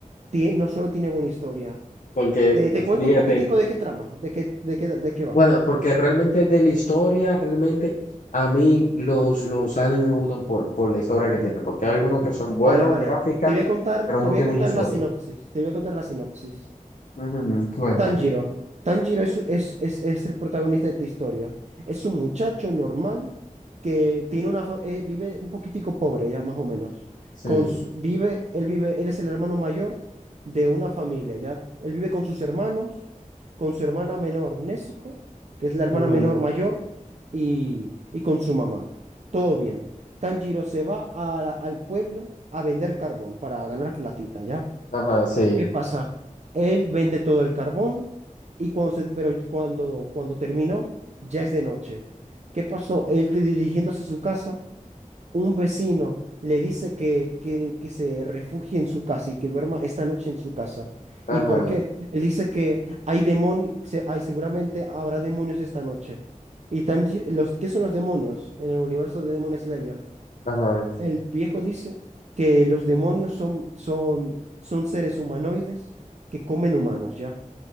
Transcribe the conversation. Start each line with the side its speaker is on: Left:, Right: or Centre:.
Right: tie- no solo tiene buena historia.
Left: porque
Right: Te, te cuento
Left: fíjate,
Right: un poquitico de qué trama, de qué, de qué, de qué va.
Left: bueno, porque realmente de la historia, realmente a mí los, los animes me gustan por, por la historia que tienen, porque hay algunos que son buenos,
Right: Vale, vale.
Left: gráficas,
Right: Te voy a contar,
Left: pero
Right: te
Left: no
Right: voy
Left: tienen
Right: a contar
Left: historia.
Right: la sinopsis. Te voy a contar la sinopsis.
Left: Ujú, cuenta.
Right: Tanjiro. Tanjiro es, es, es, es el protagonista de esta historia. Es un muchacho normal que tiene una fa- eh, vive un poquitico pobre ya, más o menos.
Left: Sí.
Right: Con, su- vive, él vive, él es el hermano mayor de una familia, ya. Él vive con sus hermanos, con su hermana menor, Nezuko, que es la hermana
Left: ujú,
Right: menor mayor, y, y con su mamá. Todo bien. Tanjiro se va a la- al pueblo a vender carbón para ganar platita, ya.
Left: Ajá, sí.
Right: ¿Qué pasa? Él vende todo el carbón y cuando se- pero cuando, cuando terminó, ya es de noche. ¿Qué pasó? Él de- dirigiéndose a su casa, un vecino le dice que, que, que se refugie en su casa y que duerma esta noche en su casa.
Left: Ajá,
Right: ¿Y por qué? Él dice que hay demonios, hay, seguramente habrá demonios esta noche. Y tan, los, ¿qué son los demonios en el universo de Demon Slayer?
Left: ajá. O
Right: El viejo dice que los demonios son, son, son seres humanoides que comen humanos, ¿ya?